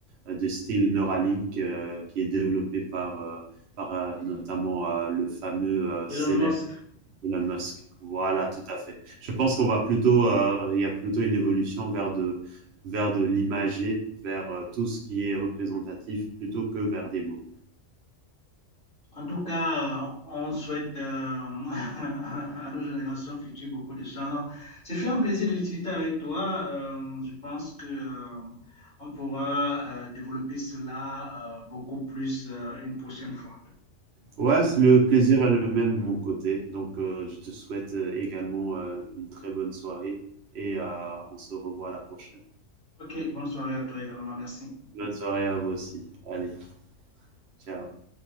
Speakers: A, on the right; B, on the left.
A: euh, de style Neuralink euh, qui est développé par, euh, par euh, notamment euh, le fameux euh,
B: Elon
A: célèbre
B: Musk.
A: Elon Musk. Voilà, tout à fait. Je pense qu'on va plutôt, euh, il y a plutôt une évolution vers de, vers de l'imager, vers euh, tout ce qui est représentatif plutôt que vers des mots.
B: En tout cas, euh, on souhaite euh, <laughs> à nos générations futures beaucoup de chance. Ce fut un plaisir de discuter avec toi. Euh, je pense que euh, on pourra euh, développer cela euh, beaucoup plus euh, une prochaine fois.
A: Ouais, c'est- le plaisir est le même de mon côté. Donc, euh, je te souhaite euh, également euh, une très bonne soirée et euh, on se revoit à la prochaine.
B: Ok, bonne soirée à toi également. Merci.
A: Bonne soirée à vous aussi. Allez, ciao.